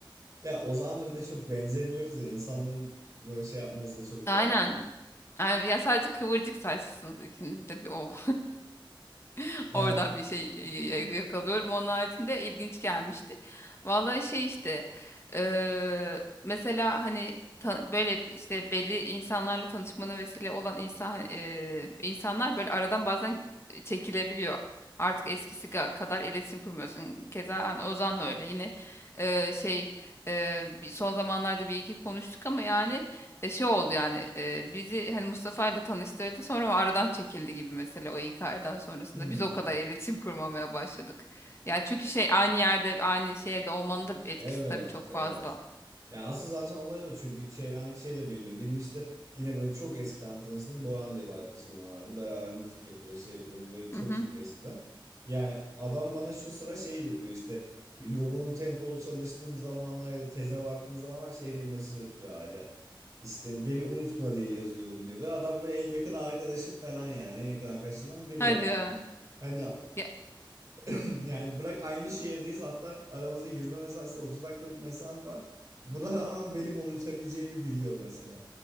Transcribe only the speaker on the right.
Ya Ozan'la bir de çok benzemiyoruz ya. insanların böyle şey yapmaması da çok
doğal bence.
Ya.
<laughs>
Hmm.
Evet,
evet.
Ya aslında zaten olay o çünkü çevrendeki şeyle belirli. Benim işte yine böyle çok eskiden tanıştığım Boran diye bir arkadaşım vardı. Beraber müzik yapıyoruz, şey yapıyoruz böyle çok
çok eskiden. Yani adam bana şu sıra şey yapıyor işte yoğun tempolu çalıştığım zamanlar ya da teze baktığım zamanlar şey diye mesaj atıyor hala. İşte beni unutma diye yazıyorum diyor. Ve adam böyle en yakın arkadaşım falan yani en yakın arkadaşından biri
yani.
Hani
<coughs> <laughs> Yani bırak aynı şehirdeyiz hatta aramızda yürüme mesafesi 30 dakikalık mesafe var. Buna rağmen benim unutabileceğimi biliyor mesela.